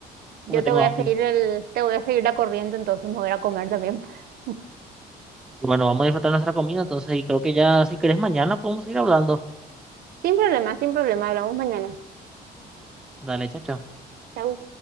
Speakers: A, on the right; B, in the centre.
A: Yo
B: porque tengo
A: te voy
B: hambre.
A: a seguir el, te voy a seguir la corriente, entonces me voy a ir a comer también. <laughs>
B: Y bueno, vamos a disfrutar nuestra comida, entonces, y creo que ya, si querés, mañana podemos ir hablando.
A: Sin problema, sin problema, hablamos mañana.
B: Dale, chao, chao.
A: Chau.